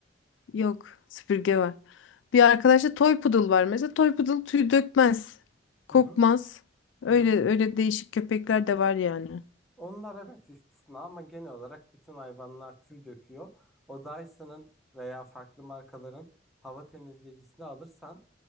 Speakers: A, on the left (about 80°); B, in the centre.
A: Yok, süpürge var. Bir arkadaşta toy poodle var. Mesela toy poodle tüy dökmez, kokmaz.
B: Hı hı.
A: Öyle
B: Hı hı.
A: öyle değişik köpekler de var yani.
B: Onlar evet istisna ama genel olarak bütün hayvanlar tüy döküyor. O Dyson'ın veya farklı markaların hava temizleyicisini alırsan